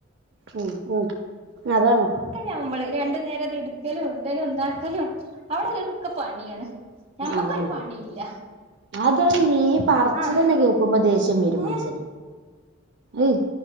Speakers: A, on the right; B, on the right.
A: ഉം ഉം അതാണ്
B: ട്ട് ഞമ്മള് രണ്ടു നേരം ഇത് ഇട്ക്കലും ഇടലും ഉണ്ടാക്കലും അവിടെല്ലോൽക്കൊക്കെ പണിയാണ് ഞമ്മക്കൊരു
A: അതാണ്
B: പണിയില്ല
A: അതാണ് ഈ പറച്ചിലന്നെ
B: ആഹ്
A: കേ കുമ്പോ ശേഷം വരും
B: ഉം
A: മൻസന് ഏയ്